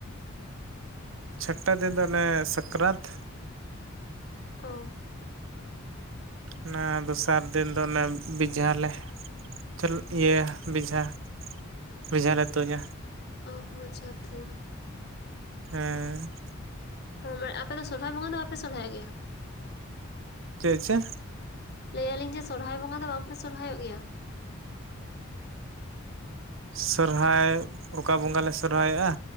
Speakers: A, on the right (about 65°); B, on the left (about 50°).
A: ᱪᱷᱟᱹᱴᱴᱟ ᱫᱤᱱ ᱫᱚ ᱚᱱᱮ ᱥᱟᱠᱨᱟᱛ᱾
B: ᱚ
A: ᱚᱱᱟ ᱫᱚᱥᱟᱨ ᱫᱤᱱ ᱫᱚ ᱚᱱᱮ ᱵᱮᱡᱷᱟᱞᱮ ᱪ ᱤᱭᱟᱹ ᱵᱮᱡᱷᱟ ᱵᱮᱡᱷᱟ ᱞᱮ ᱛᱩᱧᱟᱹ
B: ᱟ ᱵᱚᱡᱷᱟ ᱛᱩᱧ
A: ᱦᱮᱸ
B: ᱦᱸ ᱢᱟᱱᱮ ᱟᱯᱮ ᱫᱚ ᱥᱚᱨᱦᱟᱭ ᱵᱚᱸᱜᱟ ᱫᱚ ᱵᱟᱯᱮ ᱥᱚᱨᱦᱟᱭᱚ ᱜᱮᱭᱟ
A: ᱪᱮᱫᱪᱮᱫ
B: ᱞᱟᱹᱭᱟᱟᱹᱞᱤᱧ ᱡᱮ ᱥᱚᱨᱦᱟᱭ ᱵᱚᱸᱜᱟ ᱫᱚ ᱵᱟᱝᱯᱮ ᱥᱚᱨᱦᱟᱭᱚᱜ ᱜᱮᱭᱟ
A: ᱥᱚᱨᱦᱟᱭ ᱚᱠᱟ ᱵᱚᱸᱜᱟ ᱞᱮ ᱥᱚᱨᱚᱨᱟᱭᱚᱜᱼᱟ